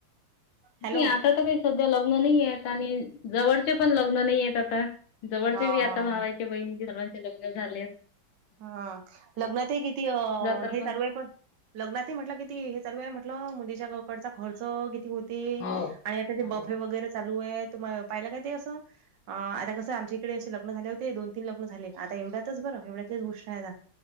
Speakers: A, on the right (about 70°); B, on the left (about 80°).
A: हॅलो
B: नी आता तर काही सध्या लग्न नहीये आता आणि जवळचे पण लग्न नाही येत आता. जवळचे
A: हा
B: बी
A: हा
B: आता भावायचे बहिणीचे सर्वांचे लग्न झाले.
A: हा लग्नात ही किती अ
B: तर
A: हे चालू
B: मग
A: आहे पण. लग्नातही म्हटलं किती हे चालू हाय म्हटलं मुलीच्या गावाकडच्या खर्च किती होते.
B: हो
A: आणि आता ते
B: हो.
A: बफे वगैरे चालू आहे तुमाय पाहिला काय ते असं? अ आता कसं आमच्या इकडे असे लग्न झाले होते दोन तीन लग्न झाले आता एवढ्यातच बरं एवढ्या तेच गोष्ट आहे आता